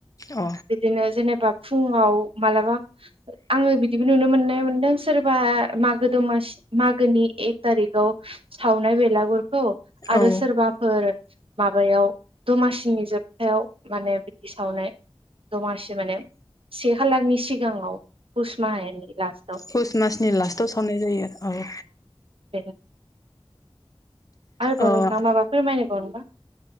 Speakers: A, on the left (about 35°); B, on the right (about 65°).
A: अ
B: बिदिनो जेनेबा फुङाव मालाबा आङो बिदिबो नुनो मोननाय मोनदों सोरबा मागो दमासि मागोनि एक थारिकाव सावनाय बेल बिलागुरखौ आरो
A: औ
B: सोरबाफोर माबायाव दमासिनि जोबथायाव माने बिदि सावनाय दमासि माने से खालारनि सिगाङाव पुस माहनि लास
A: पुष्ट मासनि लास्टाव सावनाय जायो औ
B: <inaudible> आरोबाव
A: औ ओ
B: नोंथां माबा फोरमायनायबाव नोबा